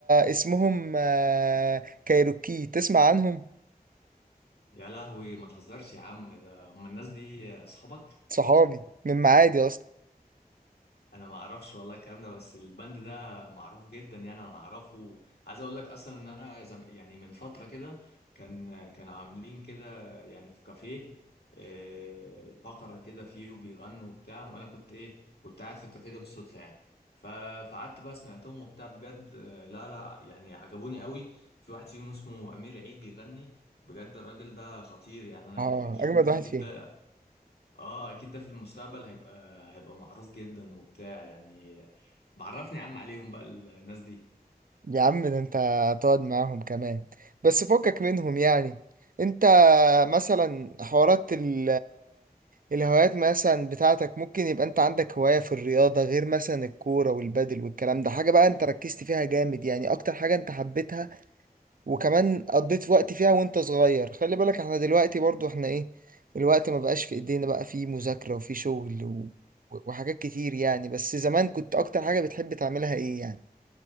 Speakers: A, on the right; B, on the left.
A: اسمهم آه، كايروكي تسمع عنهم
B: يا لهوي ما تهزرش يا عم ده هم الناس دي آه، صحابك
A: صحابي من معادي اصلا
B: انا ما اعرفش والله الكلام ده بس البند ده معروف جدا يعني انا اعرفه عايز اقول لك اصلا ان انا زم... يعني من فتره كده كان كان عاملين كده يعني في كافيه آه، فقره كده فيه وبيغنوا وبتاع وانا كنت ايه كنت قاعد في الكافيه ده بالصدفه يعني ف... فقعدت بقى سمعتهم وبتاع بجد آه، لا لا يعني عجبوني قوي في واحد فيهم اسمه امير عيد بيغني بجد الراجل ده خطير يعني انا
A: اه
B: اكيد
A: اجمد
B: اكيد
A: واحد فيهم
B: ده اه اكيد ده في المستقبل هيبقى هيبقى معروف جدا وبتاع يعني بعرفني يا عم عليهم بقى الناس دي
A: يا عم ده انت هتقعد معاهم كمان بس فكك منهم يعني انت مثلا حوارات ال الهوايات مثلا بتاعتك ممكن يبقى انت عندك هواية في الرياضة غير مثلا الكورة والبادل والكلام ده حاجة بقى انت ركزت فيها جامد يعني اكتر حاجة انت حبيتها وكمان قضيت وقت فيها وانت صغير خلي بالك احنا دلوقتي برضو احنا ايه الوقت ما بقاش في ايدينا بقى في مذاكرة وفي شغل و... وحاجات كتير يعني بس زمان كنت اكتر حاجة بتحب تعملها ايه يعني